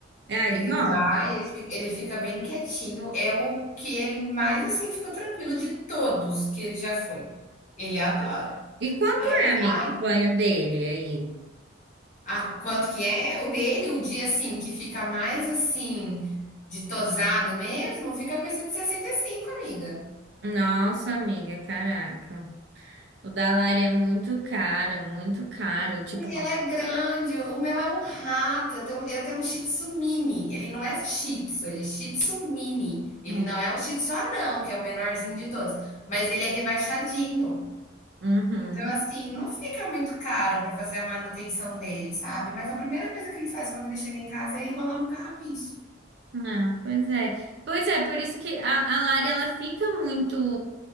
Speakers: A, on the right; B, on the left.
A: Ah, ele
B: Ele
A: gosta.
B: vai, ele fi ele fica bem quietinho. É o que ele mais, assim, ficou tranquilo de todos que ele já foi. Ele adora.
A: E quanto
B: Aí
A: é, amiga,
B: vai
A: o banho dele aí?
B: a quanto que é? O dele, o dia, assim, que fica mais, assim, de tosado mesmo, fica com esse de 65, amiga.
A: Nossa, amiga, caraca. O da é muito caro, muito caro. Tipo,
B: Sim, Ela é grande. O meu é um rato. Eu tenho, eu tenho um Shih Tzu mini. Ele não é Shih Tzu, ele é Shih Tzu mini. Ele
A: Bom.
B: não é um Shih Tzu anão, que é o menorzinho de todos. Mas ele é rebaixadinho.
A: uhum.
B: Então, assim, não fica muito caro para fazer a manutenção dele, sabe? Mas a primeira coisa que ele faz quando ele chega em casa é enrolar no carrapicho.
A: Ah, pois é. Pois é, por isso que a, a Lari ela fica muito